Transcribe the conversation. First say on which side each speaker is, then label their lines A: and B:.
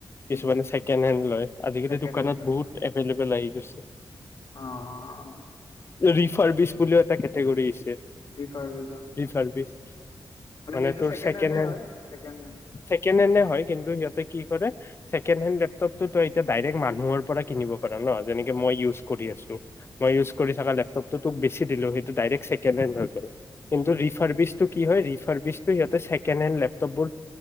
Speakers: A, on the left; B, on the left.
A: উম,
B: কিছুমানে ছেকেণ্ড হেণ্ড লয় আজিকালি
A: ছেকেণ্ড
B: দোকানত
A: হেণ্ড লৈ
B: বহুত এভেইলেবল আহি গৈছে।
A: অ', অ', অ'।
B: ৰিফাৰভিচ বুলিও এটা কেটেগৰী আহছে।
A: প্ৰিফাৰ ভিছা
B: ৰিছাৰ্ভিছ, মানে
A: সেইটো
B: তোৰ ছেকেণ্ড
A: হেণ্ডে
B: হেণ্ড,
A: হয় ছেকেণ্ড হেণ্ড।
B: ছেকেণ্ড হেণ্ডে হয়। কিন্তু সিহঁতে কি কৰে, ছেকেণ্ডহেণ্ড লেপটপটো তই এতিয়া ডাইৰেক্ট মানুহৰ পৰা কিনিব পাৰ ন, যেনেকে মই ইউজ কৰি আছো। মই ইউজ কৰি থকা লেপটপটো তোক বেছি দিলো সেইটো ডাইৰেক্ ছেকেনহেণ্ড হৈ গল। কিন্তু
A: উম
B: ৰিফাৰবিচটো কি হয় ৰিফ <inaudible> টো সিহঁতে ছেকেণ্ডহেণ্ড লেপটপ বোৰ